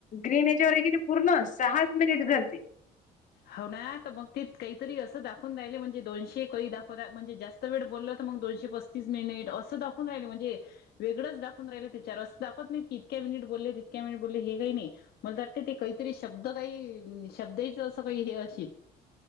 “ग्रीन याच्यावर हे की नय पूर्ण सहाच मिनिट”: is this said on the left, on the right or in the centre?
Left